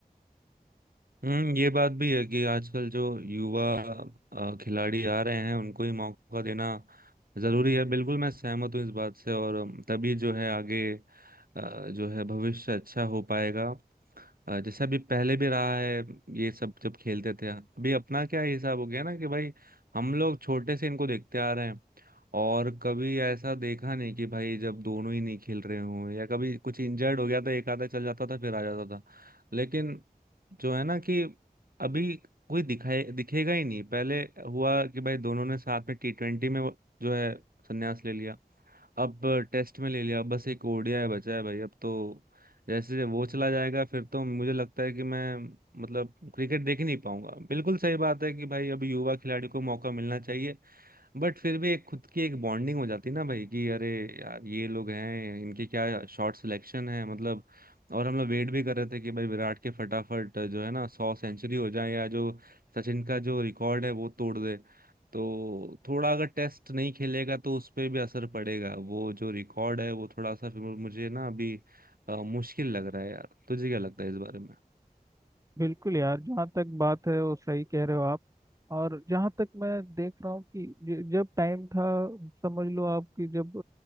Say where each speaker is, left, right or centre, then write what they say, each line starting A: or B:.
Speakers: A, on the right (about 70°); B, on the right (about 20°).
A: हम्म ये बात भी है कि आजकल जो युवा अ, खिलाड़ी आ रहे हैं उनको ही मौका देना जरूरी है बिल्कुल मैं सहमत हूँ इस बात से और अम, तभी जो है आगे अ, जो है भविष्य अच्छा हो पाएगा अ, जैसे अभी पहले भी रहा है ये सब जब खेलते थे अभी अपना क्या हिसाब हो गया ना कि भाई हम लोग छोटे से इनको देखते आ रहे हैं और कभी ऐसा देखा नहीं कि भाई जब दोनों ही नहीं खेल रहे हों या कभी कुछ इंजर्ड हो गया तो एक आधा चल जाता था फिर आ जाता था लेकिन जो है ना कि अभी कोई दिखाए दिखेगा ही नहीं पहले हुआ कि भाई दोनों ने साथ में टी ट्वेंटी में वो- जो है संन्यास ले लिया अब टेस्ट में ले लिया अब बस एक ओडीआई बचा है भाई अब तो जैसे वो चला जाएगा फिर तो मुझे लगता है कि मैं मतलब क्रिकेट देख ही नहीं पाऊंगा बिल्कुल सही बात है कि भाई अभी युवा खिलाड़ी को मौका मिलना चाहिए बट फिर भी एक खुद की एक बॉन्डिंग हो जाती है ना भाई कि अरे यार ये लोग हैं इनके क्या शॉट सिलेक्शन है मतलब और हम लोग वेट भी कर रहे थे कि भाई विराट के फटाफट जो है ना सौ सेंचुरी हो जाए या जो सचिन का जो रिकॉर्ड है वो तोड़ दे तो थोड़ा अगर टेस्ट नहीं खेलेगा तो उस पर भी असर पड़ेगा वो जो रिकॉर्ड है वो थोड़ा सा फिर मुझे ना अभी अ, मुश्किल लग रहा है यार तुझे क्या लगता है इस बारे में
B: बिल्कुल यार जहाँ तक बात है वो सही कह रहे हो आप और जहाँ तक मैं देख रहा हूँ कि ज- जब टाइम था समझ लो आप कि जब